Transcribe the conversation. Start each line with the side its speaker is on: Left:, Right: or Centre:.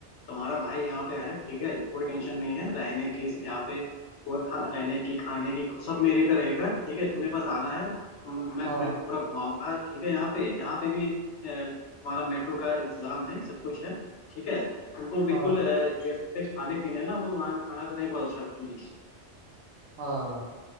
Left: तुम्हारा भाई यहाँ पे है ठीक है कोई टेंशन नहीं है रहने की यहाँ पे कोई खा- रहने की खाने की सब मेरे पे रहेगा ठीक है तुम्हें बस आना है म- मैं
Right: हाँ
Left: तुम्हें पूरा घुमाऊंगा ठीक है यहाँ पे यहाँ पे भी अ, तुम्हारा मेट्रो का इंतजाम है सब कुछ है ठीक है तुमको बिल्कुल
Right: हाँ
Left: अ, जैसे पे खाने पीने है ना तो वहाँ खाना पीना ही बहुत अच्छा मिलता है
Right: हाँ